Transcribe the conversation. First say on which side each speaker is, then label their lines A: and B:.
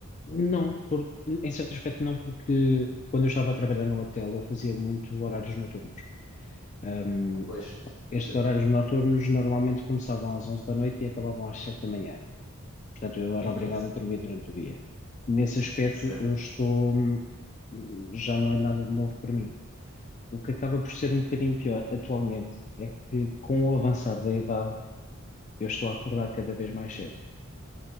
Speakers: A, on the left; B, on the left.
A: Não, por, em certo aspecto não, porque quando eu estava a trabalhar no hotel eu fazia muito horários noturnos. Ahm,
B: Ah, pois.
A: estes
B: Pois
A: horários
B: é.
A: noturnos normalmente começavam às 11 da noite e acabavam às 7 da manhã. Portanto, eu era
B: Uhum,
A: obrigado a dormir durante o dia. Nesse aspecto,
B: Sim.
A: eu estou, hum, já não é nada de novo para mim. O que acaba por ser um bocadinho pior atualmente é que com o avançar da idade, eu estou a acordar cada vez mais cedo.